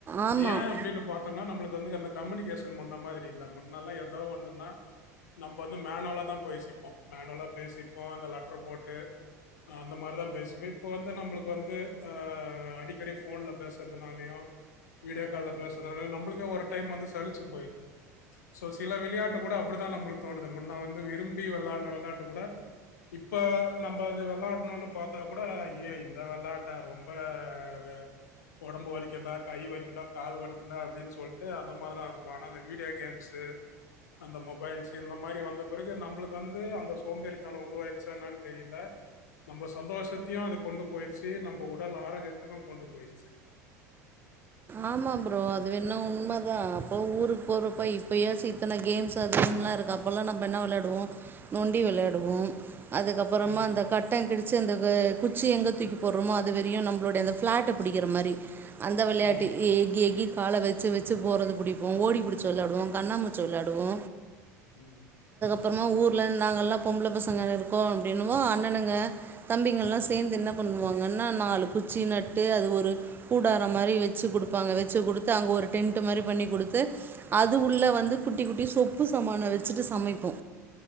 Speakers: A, on the right; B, on the left.
A: ஆமாம்
B: இது ஏ அப்டினு பாத்தம்னா நம்ளுக் வந்து அந்த கம்யூனிகேஷன் முன்ன மாதிரி இல்ல முன்னெல்லாம எதோ ஒன்னுன்னா நம்ப வந்து மேனுவலா தா பேசிப்போ மேனுவலா பேசிப்போ அந்த லெட்ரு போட்டு அ அந்த மாரிதா பேசுப இப்ப வந்து நம்பளுக் வந்து அ அடிக்கடி ஃபோன்ல பேசுறதுனாலயு வீடியோ கால்ல பேசுறதுனாலயு நம்புளுக்கே ஒரு டைம் வந்து சலிச்சு போய்ருது சோ சில விளயாட்ட கூட அப்டிதா நம்ளுக் தோணுது முன்ன வந்து விரும்பி வெளாட்ன வெளாட்டு கூட இப்ப நம்ப அது வெளா ட்னுனு பாத்தா கூட அய்யயே இந்த வெளாட்டா ரொம்ப வ ஒடம்பு வலிக்குண்டா கை வலிக்குண்டா கால் வலிக்குண்டா அப்டின் சொல்ட்டு அந்த மார்தாருப்போ ஆனா இந்த வீடியோ கேம்ஸு அந்த மொபைல்ஸு இந்த மாரி வந்த பிறகு நம்பளுக் வந்து அந்த சோம்பேறித்தனோ உருவாயிருச்சா என்னான் தெரியில நம்ம சந்தோஷத்தையு அது கொண்டு போயிருச்சு நம்ப உடல் ஆரோக்கயத்துக்கு கொண்டு போயிருச்சு
A: ஆமா ப்ரோ அது வேண்ணா உண்மை தா அப்போ ஊருக் போறப்ப இப்பயாச்சு இத்தன கேம்ஸ் அது இதுன்லா இருக்கு அப்பல்லா நம்ப என்ன வெளையாடுவோ நொண்டி வெளையாடுவோ அதுக்கப்பறமா
B: ஆமா
A: அந்த
B: ஆமா
A: கட்டங் கிழிச்சு அந்த க குச்சி எங்க தூக்கி போட்றோமோ அது வரையு நம்மளோடய அந்த ஃபிளாட்ட பிடிக்கற மாரி அந்த விளையாட்
B: ஆமாங்க
A: எ எக்கி எக்கி கால வெச்சு வெச்சு போறது புடிப்போ ஓடி புடிச்சு வெளாடுவோ கண்ணா மூச்சு வெளாடுவோ
B: உம்
A: அப்பறமா ஊர்ல நாங்கள்லா பொம்பள பசங்க இருக்கோ அப்டின்னவு அண்ணனுங்க தம்பிங்கள்லா சேந்து என்ன பண்ணுவாங்கன்னா நாலு குச்சி நட்டு அது ஒரு கூடாரம் மாரி வெ ச்சு குடுப்பாங்க வெச்சு குடுத்து அங்க ஒரு டென்ட் மாரி பண்ணி குடுத்து அது உள்ள
B: ம்
A: வந்து குட்டி குட்டி சோப் ப்பு சாமான வெச்சுட்டு சமைப்போ